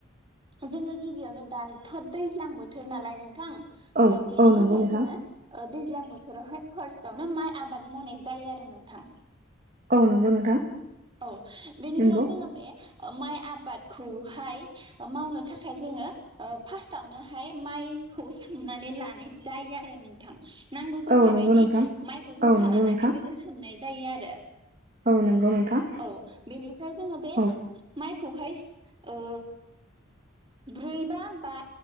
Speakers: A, on the right; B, on the right.
A: जोङो गिबियावनो दालथ' दैज्लां बोथोर नालाय नोंथां
B: औ
A: ओ बेनि
B: औ नंगौ
A: थाखाय
B: नोंथां
A: जोङो दै दैज्लां बोथोरावहाय फार्स्टआवनो माइ आबाद मावनाय जायो आरो नोंथां
B: औ नंगौ नोंथां
A: औ बेनिफ्राय
B: नंगौ
A: जोङो बे माइ आबादखौहाय मावनो थाखाय जोङो फार्स्टावनोहाय माइखौ सोमनानै लानाय जायो आरो नोंथां नांगौ जखा
B: औ नंगौ
A: बायदि
B: नोंथां
A: माइखौ जखा
B: औ नंगौ
A: लानानै
B: नोंथां
A: जोङो सोमनाय जायो आरो
B: औ नंगौ नोंथां
A: औ बेनिफ्राय जोङो बे
B: औ
A: माइ खौहाय ओ ब्रै बा बा